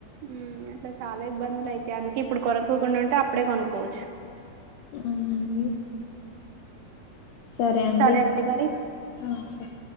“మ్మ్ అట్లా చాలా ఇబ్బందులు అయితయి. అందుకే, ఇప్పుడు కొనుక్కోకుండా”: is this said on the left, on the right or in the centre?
Right